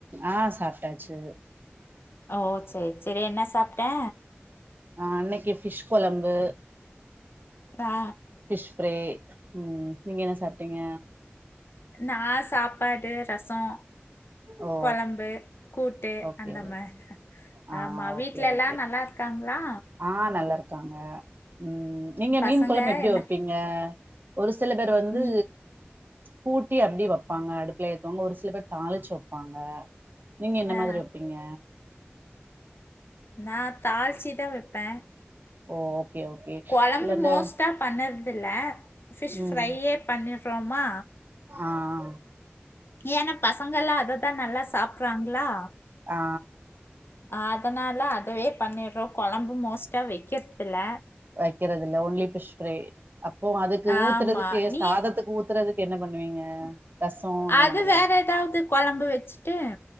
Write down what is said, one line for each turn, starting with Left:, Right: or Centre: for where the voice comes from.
Right: ஆ சாப்ட்டாச்சு
Left: ஓ செர் செரி என்ன சாப்ட்டே
Right: ஆ இன்னைக்கு ஃபிஷ் கொழம்பு
Left: ஆ
Right: பிஷ் ஃபிரை ம் நீங்க என்ன சாப்பிட்டீங்க
Left: நான் சாப்பாடு ரசம்
Right: ஓ
Left: கொழம்பு கூட்டு
Right: ஓகே
Left: அந்த மாதிரி
Right: ஆ
Left: ஆமா வீட்டுல
Right: ஓகே
Left: எல்லாம்
Right: ஓகே
Left: நல்லா க்காங்களா
Right: ஆ நல்லாருக்காங்க ம் நீங்க
Left: பசங்க
Right: மீன் கொழம்பு எப்டி
Left: என்ன
Right: வெப்பீங்க ஒரு சில பேர் வந்து
Left: நீ
Right: கூட்டி அப்டி வப்பாங்க அடுப்பல ஏத்துவாங்க ஒரு சில பேர் தாளிச்சு வெப்பாங்க நீங்க என்ன
Left: ஆ
Right: மாதிரி வைப்பீ ங்க
Left: நா தாளிச்சி தா வெப்பே
Right: ஓ ஓகே ஓகே கி
Left: கொழம்பு
Right: இல்ல அந்த
Left: மோஸ்ட்டா பண்ணறதில்ல ஃபிஷ்
Right: ம்
Left: ஃப்ரையே பண்ணிடுறோமா
Right: ஆஆ
Left: ஏனா பசங்கல்லாம் அததான் நல்லா சாப்பறாங்களா
Right: ஆ
Left: அதனால அதவே பண்ணிடுறோ கொழம்பு மோஸ்டா வெக்கறத்தில்ல
Right: வைக்கிறதில்ல ஓன்லி ஃபிஷ் ஃபிரை அப்போ அதுக்கு ஊத்துறதுக்கு
Left: ஆமா நீ
Right: சாதத்துக்கு ஊத்துறதுக்கு என்ன பண்ணுவீங்க ரசோ அந்த
Left: அது
Right: மாதிரியா
Left: வேற ஏதாவது கொழம்பு வச்சுட்டு